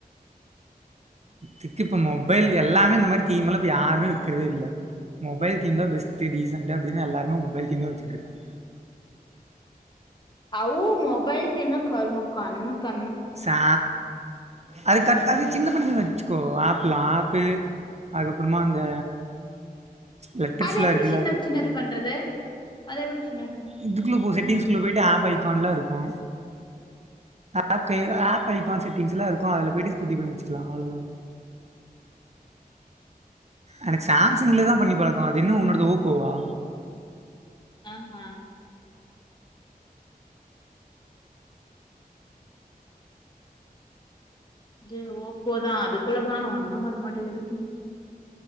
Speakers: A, on the right; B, on the left.
A: இத்துக்கு இப்ப மொபைல் எல்லாமே இந்த மாரி தீம்ல இப்ப யாருமே வெக்குறதே இல்ல மொபைல் தீம்தா பெஸ்ட் டிசன்டா அப்டின்னு எல்லாருமே மொபைல் தீம்தா வச்சுட்ருக்காங்க
B: அவ் மொபைல் தீம்னோ கருமோ கண்ண கண்ண
A: சா அது கட் அது சின்ன பண்ணுமே வச்சுக்கோ ஆப்ல்லா ஆப்பு அதுக்கப்புறமா அந்த லெட்டர்ஸ்லா
B: அது எப்டி
A: இருக்குல்ல
B: சின்ன சின்னது பண்றது அது எப்டி சின்னது பண்
A: இதுக்குள்ள போ செட்டிங்ஸ்குள்ள போயிட்டு ஆப் ஐகான்லா இருக்கு ஆப் கே ஆப் ஐகான் செட்டிங்ஸ்லா இருக்கு அதுல போயிட்டு குட்டி பண்ணி வச்சுக்கலா அவ்ளோதா எனக் சேம்சங்லதா பண்ணி பழக்கோ அது என்ன உன்னோடது ஓப்பொவா
B: ஆஹா இது ஓப்போதா அதுக்குள்ள போனா ஒன்னு வரமாட்டேக்து